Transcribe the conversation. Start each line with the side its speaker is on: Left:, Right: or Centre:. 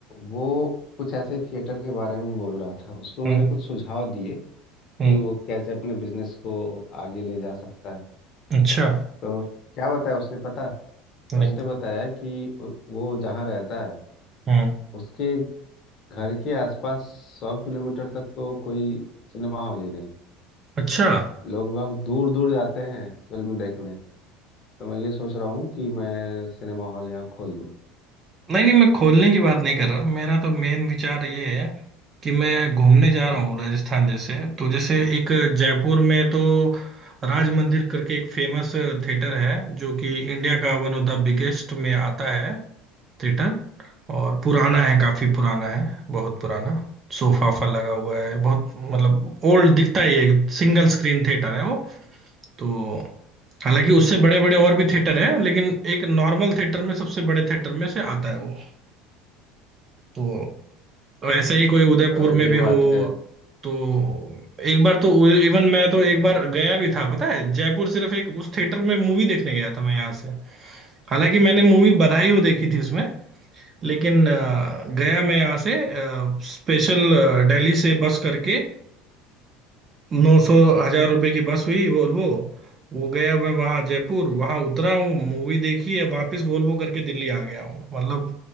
Left: वो कुछ ऐसे ही थिएटर के बारे में ही बोल रहा था उसको मैंने
Right: हम्म,
Left: कुछ सुझाव दिए
Right: हम्म,
Left: कि वो कैसे अपने बिजनेस को आगे ले जा सकता है
Right: अच्छा
Left: तो क्या बताया उसने पता
Right: नहीं
Left: उसने बताया कि वो वो जहाँ रहता है
Right: हम्म
Left: उसके घर के आसपास सौ किलोमीटर तक तो कोई सिनेमा हॉल ही नहीं
Right: अच्छा
Left: लोग बाग दूर दूर जाते हैं फिल्म देखने तो मैं ये सोच रहा हूँ कि मैं सिनेमा हॉल यहाँ खोल दूँ
Right: नहीं नहीं मैं खोलने की बात नहीं कर रहा मेरा तो मेन विचार ये है कि मैं घूमने जा
Left: अ,
Right: रहा हूँ राजस्थान जैसे तो जैसे एक जयपुर में तो राज मंदिर करके एक फेमस थिएटर है जो कि इंडिया का वन ऑफ द बिगेस्ट में आता है थिएटर और पुराना है काफी पुराना है बहुत पुराना सोफा वोफा लगा हुआ है बहुत मतलब ओल्ड दिखता ही है सिंगल स्क्रीन थिएटर है वो तो हालांकि उससे बड़े बड़े और भी थिएटर है लेकिन एक नॉर्मल थिएटर में सबसे बड़े थिएटर में से आता है वो तो ऐसे ही कोई उदयपुर
Left: अ, ये
Right: में भी हो
Left: बात है
Right: तो एक बार तो इवन मैं तो एक बार गया भी था पता है जयपुर सिर्फ एक उस थिएटर में मूवी देखने गया था मैं यहाँ से हालांकि मैंने मूवी बधाई हो देखी थी उसमें लेकिन अ, गया मैं यहाँ से स्पेशल दिल्ली से बस करके नौ सौ हजार रुपए की बस हुई वोल्वो वो गया मैं वहाँ जयपुर वहाँ उतरा हूँ मूवी देखी है वापस वोल्वो करके दिल्ली आ गया हूँ मतलब